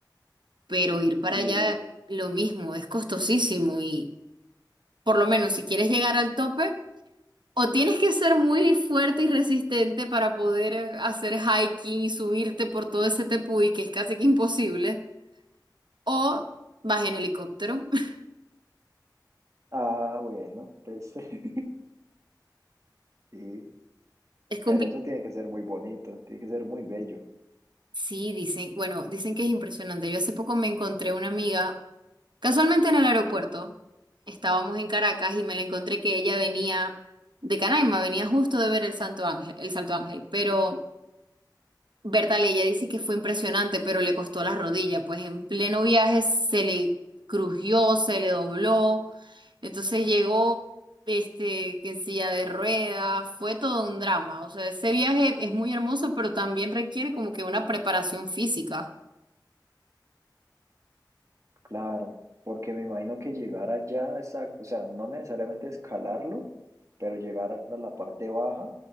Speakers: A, on the right; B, on the right.
A: Pero ir para
B: Sí,
A: allá,
B: eh,
A: lo mismo, es costosísimo y por lo menos si quieres llegar al tope, o tienes que ser muy fuerte y resistente para poder eh, hacer hiking y subirte por todo ese tepuy, que es casi que imposible, o vas en helicóptero. <laughs>
B: Ah, bueno, pues <laughs> sí,
A: Es complicado.
B: pero eso tiene que ser muy bonito, tiene que ser muy bello,
A: Sí, dicen, bueno, dicen que es impresionante. Yo hace poco me encontré una amiga, casualmente en el aeropuerto. Estábamos en Caracas y me la encontré que ella venía de Canaima, venía justo de ver el Santo Ángel, el Salto Ángel, pero Berta ella dice que fue impresionante, pero le costó la rodilla, pues en pleno viaje se le crujió, se le dobló, entonces llegó este, que en silla de ruedas, fue todo un drama, o sea, ese viaje es muy hermoso, pero también requiere como que una preparación física.
B: claro, porque me imagino que llegar allá, esa- o sea, no necesariamente escalarlo, pero llegar a la parte baja,